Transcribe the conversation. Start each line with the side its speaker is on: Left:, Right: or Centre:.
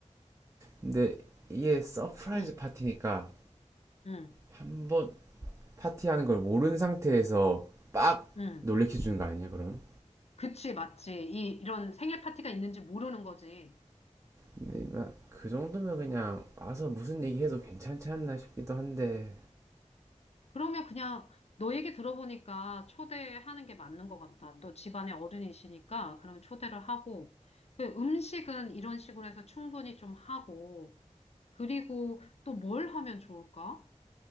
Right: 근데 이게 서프라이즈
Left: 응,
Right: 파티니까
Left: 응,
Right: 한번 파티하는 걸 모르는 상태에서 빡
Left: 응.
Right: 놀래켜 주는 거 아니야 그럼?
Left: 그치, 맞지. 이, 이런 생일 파티가 있는지 모르는 거지.
Right: 근데 그 정도면 그냥 와서 무슨 얘기해도 괜찮지 않나 싶기도 한데
Left: 그러면 그냥 너 얘기 들어보니까 초대하는 게 맞는 것 같다. 너 집안에 어른이시니까 그러면 초대를 하고 그 음식은 이런 식으로 해서 충분히 좀 하고 그리고 또 뭘 하면 좋을까?